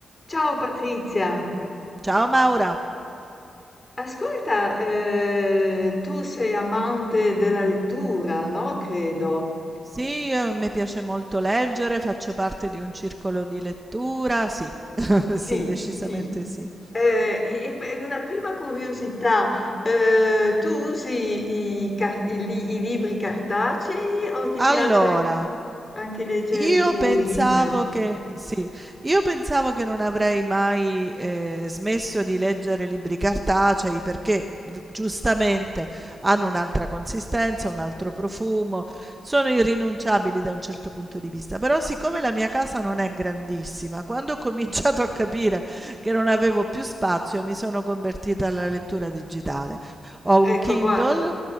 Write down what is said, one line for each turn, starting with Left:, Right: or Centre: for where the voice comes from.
Left: Ciao Patrizia,
Right: Ciao Maura.
Left: ascolta, eh, tu sei amante della lettura, no? Credo.
Right: Sì, io- a me piace molto leggere, faccio parte di un circolo di lettura, sì, <laughs>
Left: Sì,
Right: sì, decisamente
Left: sì.
Right: sì.
Left: Eh, e, e per una prima curiosità, eh, tu usi i, car- i li- i libri cartacei o ti piace
Right: Allora,
Left: anche, anche leggere
Right: io
Left: sui
Right: pensavo
Left: reader?
Right: che, sì, io pensavo che non avrei mai eh, smesso di leggere libri cartacei perché v- giustamente hanno un'altra consistenza, un altro profumo, sono irrinunciabili da un certo punto di vista. Però siccome la mia casa non è grandissima, quando ho cominciato a capire che non avevo più spazio, mi sono convertita alla lettura digitale. Ho
Left: Ecco,
Right: un Kindle
Left: guarda,